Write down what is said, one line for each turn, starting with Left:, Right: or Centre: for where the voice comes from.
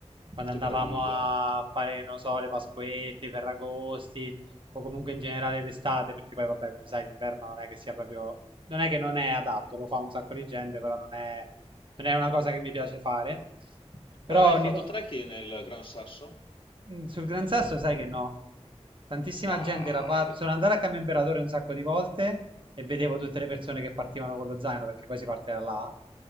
Right: Quando
Left: Che
Right: andavamo
Left: meraviglia.
Right: a fare, non so, le Pasquette, i Ferragosti, o comunque in generale l'estate, perché poi, vabbè, come sai, l'inverno non è che sia proprio... Non è che non è adatto, lo fa un sacco di gente, però non è, non è una cosa che mi piace fare. Però
Left: Ma hai mai
Right: ogni,
Left: fatto trekking nel Gran Sasso?
Right: Mm, Sul Gran Sasso sai che no. Tantissima
Left: Dai,
Right: gente l'ha fatto. Sono andato a Cambio Imperatore un sacco di volte e vedevo tutte le persone che partivano con lo zaino perché poi si parte da là.